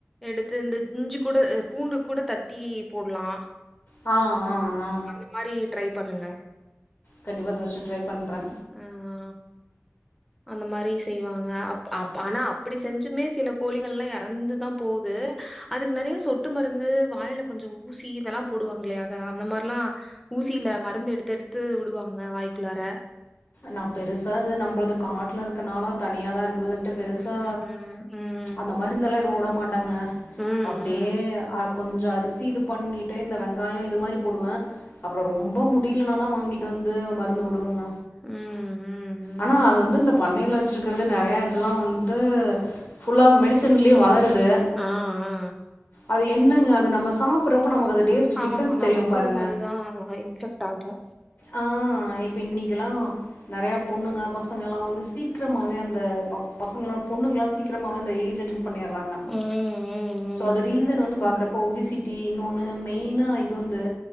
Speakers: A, in the centre; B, on the left.
A: எடுத்து இந்த இஞ்சி கூட பூண்டு கூட தட்டி போட்லா
B: ஆ ஆ ஆ
A: அந்த மாரி ட்ரை பண்ணுங்க
B: கண்டிப்பா சிஸ்டர் ட்ரை பண்ற
A: ஆ அ அந்த மாரி செய்வாங்க அப் அப் ஆனா அப்டி செஞ்சுமே சில கோழிகள்லா எ நந்துதா போது அதுக்கு நெறைய சொட்டு மருந்து வாயில கொஞ்சொ ஊசி இதெல்லா போடுவாங்ளே அத அந்த மார் லா ஊசியில மருந்து எடுத்து எடுத்து வுடுவாங்க வாய்க்குள்ளார
B: நா பெருசா இது நம்முளுது காட்ல இருக்கனால தனியாதா இருக்குதுன்ட்டு பெருசா
A: ம் ம்
B: அந்த மருந்தெல்லா எதுவுட மாட்டாங்க
A: ம் ம்
B: அப்டியே அ கொஞ்சோ அரிசி இது பண்ணிட்டு இந்த வெங்காயோ இது மாரி போடுவே அப்பறோ ரொம்ப முடியலனா தா வாங்கிட்டு வந்து மருந்து வுடுவோங்க
A: ம் ம் ம்
B: ஆனா அது வந்து இந்த பண்ணையில வச்சிருக்கிறது நெறைய இதெல்லா வந்து ஃபுல்லா மெடிசன்லே வளரு து
A: ஆ ஆ
B: அது என்னங்க அது நம்ம சாப்பட்றப்ப நமக்கு அது டேஸ்ட்
A: ஆமாமா
B: டிஃப்ரென்ஸ்
A: நமக்கு
B: தெரியு பாருங்க
A: அதுதா இன்ஃபெக்ட் ஆகு
B: ஆ இப்ப இன்னிக்கெலா நெறைய பொண்ணுங்க பசங்களா வந்து சீக்கிரமாவே அந்த ப பசங்களா பொண்ணுங்ளா சீக்கிரமாவே அந்த ஏஜ் அட்டன் பண்ணிற்றாங்க
A: ம் ம்
B: சோ அது ரீசன் வந்து பாக்றப்போ ஒபிசி டி இன்னொன்னு மெய்னா இது வந்து